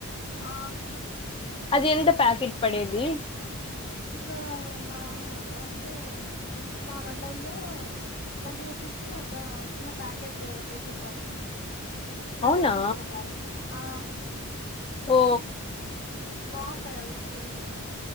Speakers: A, on the left (about 45°); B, on the left (about 25°).
A: ఆ
B: అది ఎంత ప్యాకిట్ పడేది
A: ఇక మా అంటే మా మండల్లో ట్వంటీ రూపీస్ కి ఒక చిన్న ప్యాకెటు పెట్టింటారు. ట్వంటీ
B: అవునా
A: రూపీస్కి ఒక ప్యాకెటు ఆ
B: ఓ
A: బాగుంటాయి అవి పూరీలు